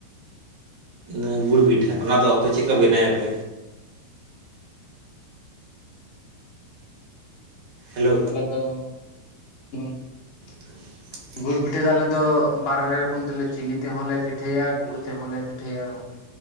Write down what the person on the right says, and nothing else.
ᱱᱚᱣᱟ ᱜᱩᱲ ᱯᱤᱴᱷᱟᱹ ᱚᱱᱟᱫᱚ ᱟᱯᱮ ᱪᱮᱫ ᱞᱮᱠᱟ ᱵᱮᱱᱟᱭ ᱟᱯᱮ? ᱦᱮᱞᱳ᱾
<inaudible>